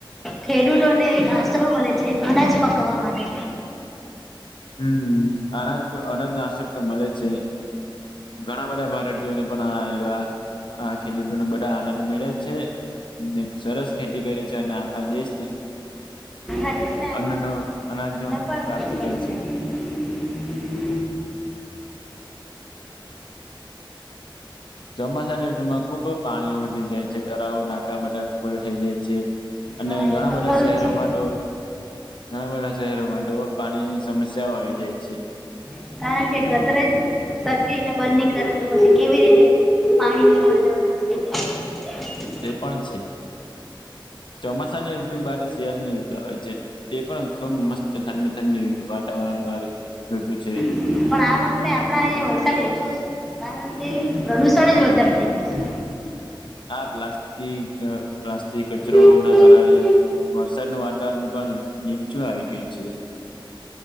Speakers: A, in the centre; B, on the left.
A: ખેડૂતોને એક આશરો મળે છે અનાજ પકાવવા માટે
B: હમ અનાજ તો અનાજ નાસો રૂપિયા મળે છે. ઘણા બધા વેરાટીઓને પણલ હ ખેડૂતોને બધા આનંદ મેળે છે. ને સરસ ખેતી કરે છે, અને આખા દેશને
A: અંદ
B: અન્નનો અનાજનો પ્રાપ્ત
A: પણ
B: કરે છે. ચોમાસાની ઋતુ માં ખુબ જ પાણી વધી જાય તરાવ નાકા બધા ફૂલ થઈ જાય છે, અને
A: થાય
B: ઘણા
A: હા એ તો
B: બધા
A: ખરું
B: શહેરોમાં
A: જ
B: તો ઘણા બધા શહેરોમાં તો પાણીની સમસ્યાઓ આવી જાય છે.
A: છે કારણ કે ગતરેજ સરખી રીતે બંધની કરે તો પછી કેવી રીતે પાણીની અરજવ <inaudible>
B: એ પણ છે, ચોમાસાની રોટિ બાર શિયાળાની રોટ આવે છે. તે પણ ખૂબ મસ્ત ઠંડી ઠંડીઋ વાતાવરણ વાળી ઋતુ છે.
A: પણ આ વખતે આપડા અહિયાં વરસાદ ઓછો છે, કારણ કે પ્રદુષણ જ વધારે થઈ ગાય
B: આ પ્લાસ્ટિક પ્લાસ્ટિક કચરો
A: હમ
B: ના
A: હમ
B: કારણે
A: હ
B: વરસાદનું વાતાવરણ પણ નીમચું આવી ગયું છે.